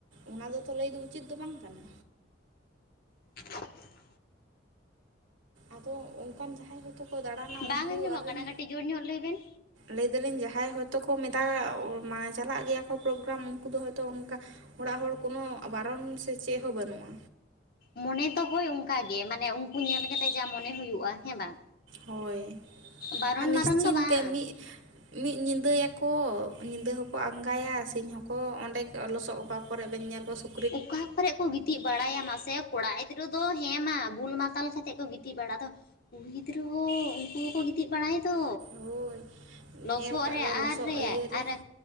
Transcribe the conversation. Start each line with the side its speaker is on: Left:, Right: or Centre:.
Right: ᱚᱱᱟ ᱫᱚ ᱛᱚ ᱞᱟᱹᱭ ᱫᱚ ᱩᱪᱤᱛ ᱫᱚ ᱵᱟᱝ ᱠᱟᱱᱟ?
Left: <inaudible>
Right: ᱟᱫᱚ ᱚᱱᱠᱟᱱ ᱡᱟᱦᱟᱸᱭ ᱦᱚᱭᱛᱳ ᱠᱚ ᱫᱟᱬᱟᱸᱱᱟ
Left: ᱵᱟᱝ
Right: ᱾ᱩᱱᱠᱩ
Left: ᱟᱸᱡᱚᱢᱚᱜ
Right: ᱟᱨ ᱨᱮᱱ
Left: ᱠᱟᱱᱟ ᱠᱟᱹᱴᱤᱡ ᱡᱳᱨ ᱧᱚᱜ ᱞᱟᱹᱭ ᱵᱮᱱ
Right: ᱞᱟᱹᱭ ᱫᱟᱞᱤᱧ ᱡᱟᱦᱟᱸᱭ ᱦᱚᱭᱛᱚ ᱠᱚ ᱢᱮᱛᱟᱜ, ᱢᱟᱱᱮ ᱪᱟᱞᱟᱜ ᱜᱮᱭᱟ ᱠᱚ ᱯᱨᱳᱜᱨᱟᱢ ᱾ ᱩᱱᱠᱩ ᱫᱚ ᱦᱚᱭᱛᱚ ᱚᱱᱠᱟ᱾ ᱚᱲᱟᱜ ᱦᱚᱲ ᱠᱳᱱᱳ ᱵᱟᱨᱚᱱ ᱥᱮ ᱪᱮᱫ ᱦᱚᱸ ᱵᱟᱹᱱᱩᱜᱼᱟ᱾
Left: ᱢᱚᱱᱮ ᱛᱚ ᱦᱳᱭ ᱚᱱᱠᱟᱜᱮ, ᱢᱟᱱᱮ ᱩᱱᱠᱩ ᱧᱮᱞ ᱠᱟᱛᱮᱜ ᱡᱟ ᱢᱚᱱᱮ ᱦᱩᱭᱩᱜᱼᱟ, ᱦᱮᱸ ᱵᱟᱝ?
Right: ᱦᱳᱭ
Left: ᱵᱟᱨᱚᱱ
Right: ᱟᱨ ᱱᱤᱥᱪᱤᱱ
Left: ᱢᱟᱨᱚᱱ ᱫᱚ ᱵᱟᱝ
Right: ᱛᱮ ᱢᱤᱫ ᱢᱤᱫ ᱧᱤᱫᱟᱹᱭᱟᱠᱚ, ᱧᱤᱫᱟᱹ ᱦᱚᱸᱠᱚ ᱟᱸᱜᱟᱭᱟ᱾ ᱥᱤᱧ ᱦᱚᱸᱠᱚ ᱚᱸᱰᱮ ᱞᱚᱥᱚᱜ ᱚᱵᱟ ᱠᱚᱨᱮ ᱵᱮᱧᱮᱞ ᱠᱚ ᱥᱩ
Left: ᱚᱠᱟ ᱠᱚᱨᱮ ᱠᱚ ᱜᱤᱛᱤᱡ ᱵᱟᱲᱟᱭ-ᱟ ᱾ᱢᱟ ᱥᱮ ᱠᱚᱲᱟ ᱜᱤᱫᱽᱨᱟᱹ ᱫᱚ ᱦᱮᱸ ᱢᱟ, ᱵᱩᱞ ᱢᱟᱛᱟᱞ ᱠᱟᱛᱮ ᱠᱚ ᱜᱤᱛᱤᱡ ᱵᱟᱲᱟ ᱫᱚ᱾ ᱠᱩᱲᱤ ᱜᱤᱫᱽᱨᱟᱹ ᱦᱚᱸ ᱩᱱᱠᱩ ᱦᱚᱸᱠᱚ ᱜᱤᱛᱤᱡ ᱵᱟᱲᱟᱭ ᱫᱚ᱾
Right: ᱦᱳᱭ
Left: ᱞᱚᱥᱚᱫ
Right: ᱧᱮᱞ ᱠᱟᱜ
Left: ᱨᱮ
Right: ᱞᱚᱥᱚᱫ
Left: ᱟᱨ
Right: ᱤᱭᱟᱹ ᱨᱮ᱾
Left: ᱟᱨ